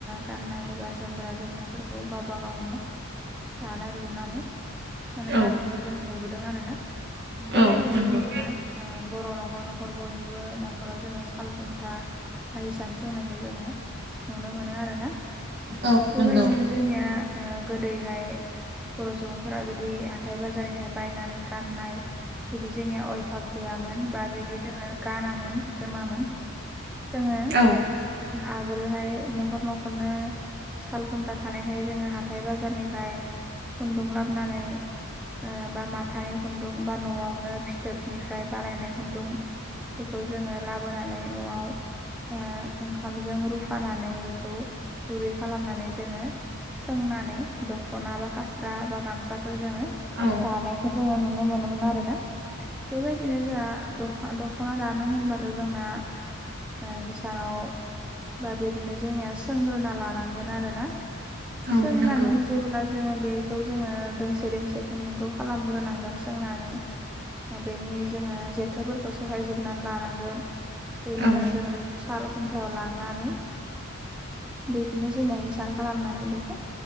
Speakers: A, in the centre; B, on the right.
A: गाननाय बा जोमग्रा जोमनायफोरखौ गावबा गावनो। दानाय लुनानै माने
B: औ औ
A: गाननायखौ जों नुबोदों आरो ना। बेबायदिनो
B: औ नंगौ
A: जोंनिया बर नखर नखर बयनिबो नखराव जोङो साल खुन्था। बा हिसान सोंनायखौ जोङो नुनो मोनो आरो ना
B: औ
A: बेबायदिनो
B: नंगौ
A: जोंनिया गोदैहाय। बर सुबुंफोरा बिदि हाथाय बाजारनिफ्राय बायनानै गाननाय बिदि जोंनिया भाग गैयामोन बा बिदि जोङो गानामोन। सोमामोन जोङो
B: औ
A: आगोलोहाय नखर नखरनो साल खुन्था थानायखाय जोङो हाथाइ बाजारनिफ्राय खुन्दुं लाबोनानै ओ बा माथानि खुन्दुं बा नआवनो फिथोब निफ्राय बानायनाय खुन्दुं बेखौ जोङो लाबोनानै नआव
B: <unintelligible>
A: ओ ओंखामजों रुफानानै बेखौ गुरै खालामनानै जोङो। सोंनानै दखना बा खास्रा बा गामसाफोर जोङो।
B: औ
A: दानायखौ जोङो नुनो मोनोमोन आरो ना। बेबायदिनो जोंहा दखना दानो होनबाथ जोंना हिसानाव बा बिदिनो जोंनिया सोंग्रोना लानांगौ आरो ना
B: औ
A: सोंनानै
B: नंगौ
A: जेब्ला जोङो बेखौ जोङो दोंसे दोंसे खुन्दुंखौ खालामग्रोनांगोन सोंनानै बेनि जोङो जेथोफोर खौ सेफाय जोबनानै लानांगोन बेनि
B: औ
A: उनाव जो साल याव लांनानै बिदिनो जोंनि हिसार खालामनानै बेखौ